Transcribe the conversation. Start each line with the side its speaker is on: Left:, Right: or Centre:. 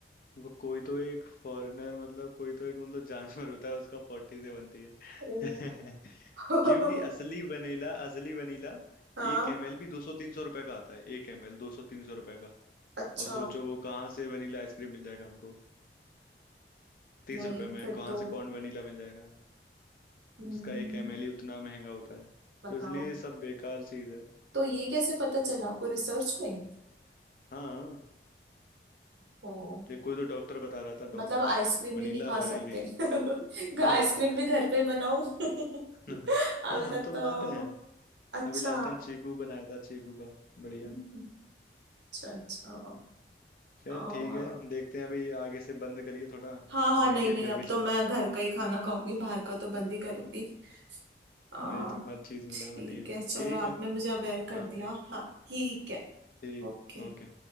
Left: वो कोई तो एक फॉरेनर मतलब कोई तो एक मतलब जानवर होता है उसका पॉटी से बनती है
Right: ओ
Left: <laughs>
Right: <laughs>
Left: क्योंकि असली वनीला असली वनीला
Right: हाँ
Left: एक एमएल भी दो सौ तीन सौ रुपए का आता है एक एमएल दो सौ तीन सौ रुपए का
Right: अच्छा
Left: अब सोचो वो कहाँ से वनीला आइसक्रीम मिल जाएगा हमको तीस
Right: नहीं
Left: रुपए में
Right: फिर
Left: कहाँ
Right: तो
Left: से कौन वनीला मिल जाएगा
Right: हम्म,
Left: उसका एक एमएल ही उतना महंगा होता है
Right: बताओ
Left: तो इसलिए ये सब बेकार चीज है
Right: तो ये कैसे पता चला आपको रिसर्च में
Left: हाँ
Right: ओ
Left: ये कोई तो डॉक्टर बता रहा था
Right: मतलब
Left: डॉक्टर
Right: आइसक्रीम
Left: वनीला
Right: भी नहीं खा
Left: हो
Right: सकते
Left: ही नहीं
Right: <laughs>
Left: हाँ
Right: आइसक्रीम भी घर पे बनाऊं <laughs>
Left: <laughs>
Right: अभी
Left: हाँ हम
Right: तक
Left: तो बनाते
Right: तो
Left: हैं
Right: अच्छा
Left: अभी लास्ट टाइम चीकू बनाया था चीकू का बढ़िया
Right: अच्छा अच्छा
Left: खैर
Right: आ,
Left: ठीक है देखते हैं अभी आगे से बंद करिए थोड़ा
Right: हाँ हाँ नहीं
Left: मेंटेन
Right: नहीं
Left: करके
Right: अब
Left: चलते
Right: तो मैं
Left: हैं
Right: घर का ही खाना खाऊंगी बाहर का तो बंद ही करूंगी आ,
Left: <laughs> वही तो हर चीज मिलावटी
Right: ठीक
Left: है
Right: है चलो
Left: ठीक
Right: आपने
Left: है
Right: मुझे अवेयर कर
Left: ओके
Right: दिया हाँ ठीक है
Left: ठीक
Right: ओके
Left: ओके